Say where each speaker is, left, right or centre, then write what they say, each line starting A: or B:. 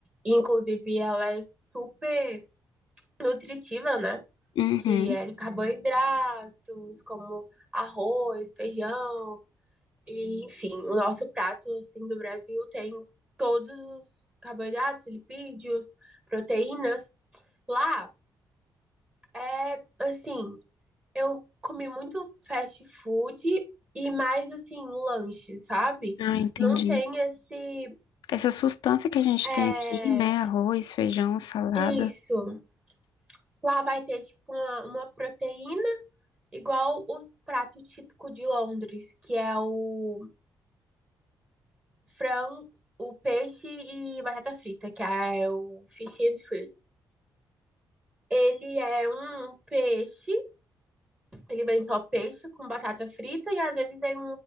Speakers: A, on the right; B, on the left.
A: Inclusive, ela é super nutritiva, né?
B: Uhum.
A: Que é de carboidratos, como arroz, feijão, e, enfim, o nosso prato, assim, do Brasil tem todos os carboidratos, lipídios, proteínas. Lá é, assim, eu comi muito fast food e mais assim, lanche, sabe?
B: Ah, entendi.
A: Não tem esse.
B: Essa sustância que a gente
A: É,
B: tem aqui, né? Arroz, feijão, salada.
A: isso. Lá vai ter tipo uma, uma proteína, igual o prato típico de Londres, que é o frango, o peixe e batata frita, que é o fish and fruits. Ele é um peixe Ele vem só peixe com batata frita e às vezes vem um,